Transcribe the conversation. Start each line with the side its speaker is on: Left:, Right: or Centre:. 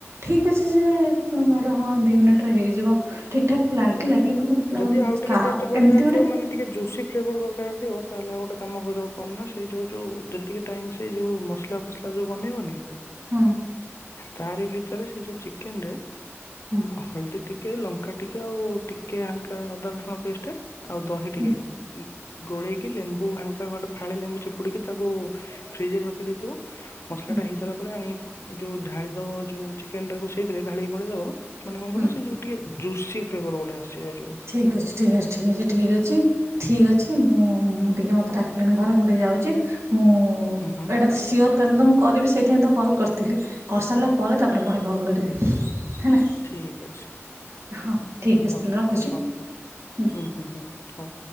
Right: ଠିକ୍ ଅଛି ଯେ ମୁଁ କହିଲି ହଁ ଦି ମିନିଟରେ ହେଇଯିବ ଠିକ ଠାକ୍ ଲାଗିଲା କିନ୍ତୁ ମତେ ଲାଗୁନି
Left: ଯଦି ଆଉ ଟିକେ
Right: କାହା
Left: ଟେଷ୍ଟ ବଢେଇବାର
Right: ଏମିତି ଗୋଟେ
Left: ଥିବ ମାନେ ଟିକେ ଜୁସି ଫ୍ଲେଭର ଦରକାର ଥିବ ତାହେଲେ ଆଉ ଗୋଟେ କାମ କରିବ କଣ ନା ସେଇ ଯୋଉ ଯୋଉ ଯେତିକି ଟାଇମ୍ ସେଇ ଯୋଉ ମସଲା ଫସଲା ଯୋଉ ବନେଇବନି?
Right: ହୁଁ।
Left: ତାରି ଭିତରେ ସେ ଯୋଉ ଚିକେନ ରେ
Right: ହୁଁ।
Left: ହଳଦୀ ଟିକେ ଲଙ୍କା ଟିକେ ଆଉ ଟିକେ ହାଲକା ଅଦା ରସୁଣ ପେଷ୍ଟ। ଆଉ ଦହି ଟିକେ
Right: ହୁଁ
Left: ଇ ଗୋଳେଇକି ଲେମ୍ବୁ ହାଲ କା ଗୋଟେ ଫାଳେ ଲେମ୍ବୁ ଚିପୁଡିକି ତାକୁ ଫ୍ରିଜ ରେ ରଖିଦେଇଥିବ ମସଲା
Right: ହୁଁ
Left: ଟା ହେଇସାଇଲା ଆଣି ଯୋଉ ଢାଳି ଦବ ଯୋଉ ଚିକେନ ଟାକୁ ସେଇଥିରେ ଢାଳି ଗୋଳେଇ ଦବ ମାନେ କଣ କହିଲ
Right: ହୁଁ
Left: ସେ ଯୋଉ ଟିକେ ଜୁସି ଫ୍ଲେଭର ଗୋଟେ ଆସିବ ଯଉ।
Right: ଠିକ୍ ଅଛି, ଠିକ ଅଛି, ଠିକ୍ ଅଛି, ଠିକ୍ ଅଛି। ଠିକ ଅଛି ମୁଁ ମୁଁ ଟିକେ ମତେ ଡାକିଲିଣି ଘରେ ମୁଁ ଟିକେ ଯାଉଛି ମୁଁ
Left: ହୁଁ ହୁଁ
Right: ଏଇଟା ସିଓର କାଲି ତ ମୁଁ କରିବି ସେଇଥିପାଇଁ ତ କଲ୍ କର ଥିଲି କରିସାରିଲା ପରେ ତାପରେ ପୁଣି କଲ୍ କରିବି ହେଲା।
Left: ଠିକ୍ ଅଛି।
Right: ହଁ ଠିକ ଅଛି
Left: ହଉ
Right: ତାହେଲେ ରଖୁଛି
Left: ହଉ
Right: ହୁଁ।
Left: ହୁଁ ହୁଁ ହଉ ହୁଁ। ହଉ।